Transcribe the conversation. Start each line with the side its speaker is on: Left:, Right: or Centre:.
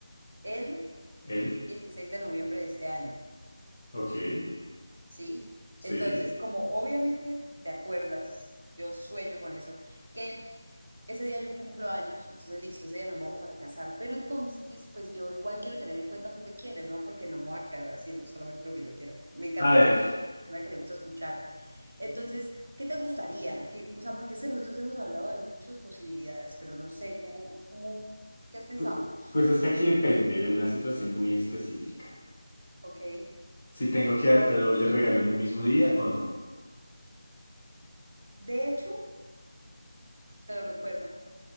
Right: el
Left: él.
Right: 16 de noviembre de este año,
Left: Ok,
Right: ¿sí?
Left: sí.
Right: Entonces, como obviamente te acuerdas, yo sueño con eso, que ese día yo cumplo años, entonces listo, ese día nos vamos a casar, pero entonces pues yo igual quiero tener en cuenta tú qué quieres, ¿no? Porque no me voy a quedar haciendo solamente lo que yo quiero. Me encantaría,
Left: A ver,
Right: pero soy una persona que le gusta escuchar. Entonces, ¿qué te gustaría? ¿Qué- o sea, porque es que nosotros hemos hablado de muchas posibilidades, pero no sé, ¿cómo, cómo, qué has pensado?
Left: pu- pues es que aquí depende de una situación muy específica.
Right: Ok.
Left: Si tengo que darte doble regalo en un mismo día o no.
Right: De hecho, te lo recuerdo,